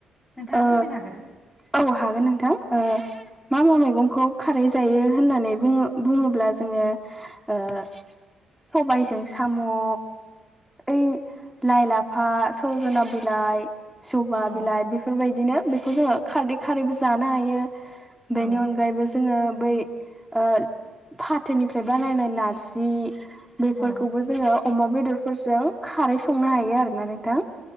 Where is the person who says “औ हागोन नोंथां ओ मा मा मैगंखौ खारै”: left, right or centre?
Centre